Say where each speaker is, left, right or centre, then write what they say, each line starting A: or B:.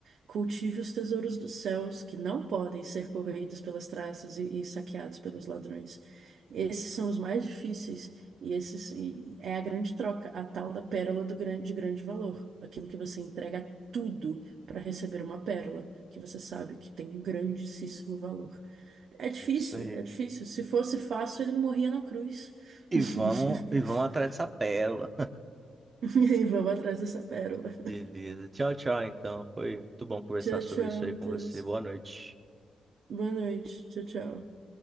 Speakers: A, on the right (about 75°); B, on the right (about 30°).
A: Cultive os tesouros dos céus que não podem ser corroídos pelas traças e, e saqueados pelos ladrões. Esses são os mais difíceis e esses e é a grande troca, a tal da pérola do grande, de grande valor, aquilo que você entrega tudo para receber uma pérola que você sabe que tem um grandíssimo valor. É difícil,
B: É isso aí.
A: é difícil. Se fosse fácil, ele não morria na cruz.
B: E
A: <laughs>
B: vamos, e vamos atrás dessa pérola.
A: E aí, vamos atrás dessa pérola.
B: Beleza. Tchau, tchau, então. Foi muito bom conversar
A: Tchau,
B: sobre
A: tchau,
B: isso aí
A: Matheus.
B: com você. Boa noite.
A: Boa noite. Tchau, tchau.